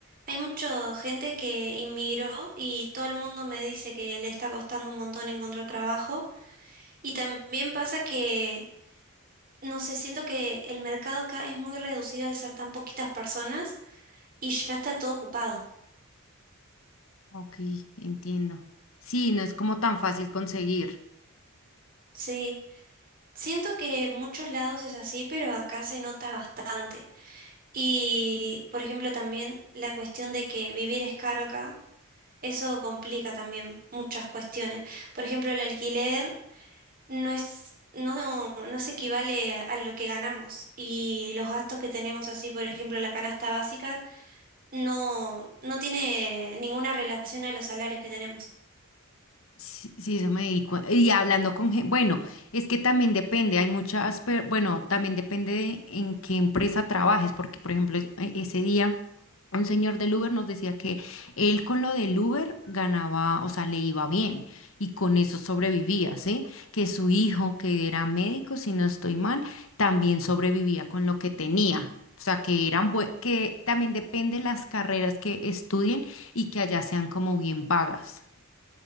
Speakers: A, on the right; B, on the left.
A: Hay mucha gente que inmigró y todo el mundo me dice que le está costando un montón encontrar trabajo. Y también pasa que, no sé, siento que el mercado acá es muy reducido al ser tan poquitas personas y ya está todo ocupado.
B: Ok, entiendo. Sí, no es como tan fácil conseguir.
A: Sí, siento que en muchos lados es así, pero acá se nota bastante. Y, por ejemplo, también la cuestión de que vivir es caro acá, eso complica también muchas cuestiones. Por ejemplo, el alquiler no es, no, no se equivale a, a lo que ganamos. Y los gastos que tenemos así, por ejemplo, la canasta básica, no, no tiene ninguna relación a los salarios que tenemos.
B: Sí, sí, eso me di cuen- Y hablando con gente, bueno, es que también depende, hay muchas, per- bueno, también depende de en qué empresa trabajes, porque por ejemplo, es- e- ese día un señor del Uber nos decía que él con lo del Uber ganaba, o sea, le iba bien y con eso sobrevivía, ¿sí? Que su hijo, que era médico, si no estoy mal, también sobrevivía con lo que tenía. O sea, que eran bue- que también depende las carreras que estudien y que allá sean como bien pagas